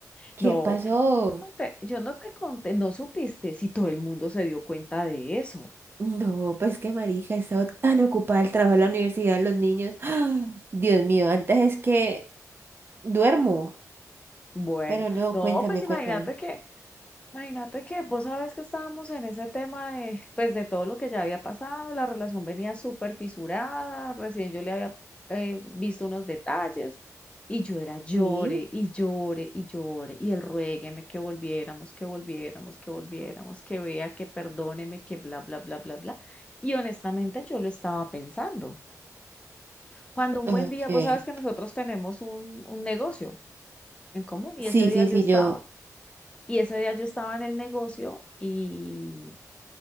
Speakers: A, on the right; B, on the left.
A: ¿qué
B: No,
A: pasó?
B: pues, yo no te yo no te conté, no supiste si todo el mundo se dio cuenta de eso.
A: No, pues que marica, he estado tan ocupada el trabajo, la universidad, los niños. <gasps> Dios mío, antes es que duermo,
B: Bueno,
A: pero no,
B: no,
A: cuéntame,
B: pues imagínate
A: cuéntame.
B: que Imagínate que vos sabes que estábamos en ese tema de, pues, de todo lo que ya había pasado, la relación venía súper fisurada, recién yo le había eh, visto unos detalles y yo era llore
A: Sí,
B: y llore y llore y él ruégueme que volviéramos, que volviéramos, que volviéramos, que vea, que perdóneme, que bla, bla, bla, bla, bla. Y honestamente yo lo estaba pensando. Cuando un
A: ok.
B: buen día, vos sabes que nosotros tenemos un, un negocio en común y
A: Sí,
B: ese día
A: sí,
B: yo
A: sí,
B: estaba,
A: yo
B: y ese día yo estaba en el negocio y